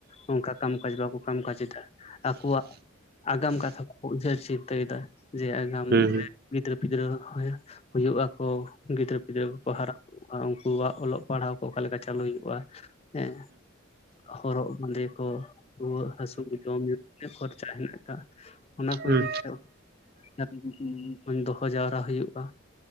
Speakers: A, on the left (about 30°); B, on the right (about 45°).
A: ᱚᱱᱠᱟ ᱠᱟᱢ ᱠᱟᱡᱽ ᱵᱟᱠᱚ ᱠᱟᱢᱠᱟᱡᱽ ᱮᱫᱟ ᱟᱠᱚᱣᱟᱜ᱾ ᱟᱜᱟᱢ ᱠᱟᱛᱷᱟ ᱠᱚ ᱠᱚ ᱩᱭᱦᱟᱹᱨ ᱪᱤᱱᱛᱟᱹᱭᱮᱫᱟ᱾ ᱡᱮ ᱟᱜᱟᱢ
B: ᱦᱩᱸ ᱦᱩᱸ ᱦᱩᱸ ᱦᱩᱸ ᱦᱩᱸ ᱦᱩᱸ ᱦᱩᱸ ᱦᱩᱸ ᱦᱩᱸ ᱦᱩᱸ ᱦᱩᱸ ᱦᱩᱸ
A: ᱨᱮ ᱜᱤᱫᱽᱨᱟᱹ ᱯᱤᱫᱽᱨᱟᱹ ᱦᱩᱭᱩᱜ ᱟᱠᱚ ᱜᱤᱫᱽᱨᱟᱹ ᱯᱤᱫᱽᱨᱟᱹ ᱠᱚᱠᱚ ᱦᱟᱨᱟᱜ ᱟᱨ ᱩᱱᱠᱩᱣᱟᱜ ᱚᱞᱚᱜ ᱯᱟᱲᱦᱟᱣ ᱠᱚ ᱚᱠᱟᱞᱮᱠᱟ ᱪᱟᱹᱞᱩ ᱦᱩᱭᱩᱜ-ᱟ? ᱦᱮᱸ ᱦᱚᱨᱚᱜ ᱵᱟᱸᱫᱮ ᱠᱚ ᱨᱩᱣᱟᱹᱜ ᱦᱟᱹᱥᱩ ᱡᱚᱢ ᱧᱩ ᱛᱤᱱᱟᱜ ᱠᱷᱚᱨᱪᱟ ᱦᱮᱱᱟᱜ ᱠᱟᱜ ᱚᱱᱟ ᱠᱚ
B: ᱦᱩᱸ
A: ᱤᱫᱤ ᱠᱟᱛᱮ <unintelligible> ᱢᱮᱱᱫᱚ ᱠᱚ ᱡᱟᱣᱨᱟ ᱦᱩᱭᱩᱜ-ᱟ